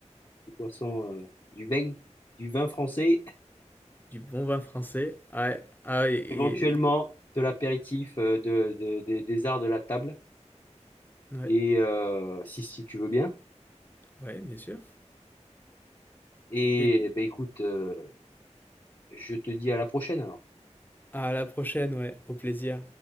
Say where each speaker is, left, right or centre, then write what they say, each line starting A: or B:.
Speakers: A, on the left; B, on the left.
A: des boissons, euh, du vin, du vin français,
B: du bon vin français. Ah, ah
A: <laughs>
B: et, et-
A: éventuellement de l'apéritif, euh, de, de- des des arts de la table,
B: ouais,
A: et euh, si, si tu veux bien.
B: ouais, bien sûr.
A: Et
B: Et
A: eh ben écoute, euh, je te dis à la prochaine alors.
B: à la prochaine, ouais, au plaisir.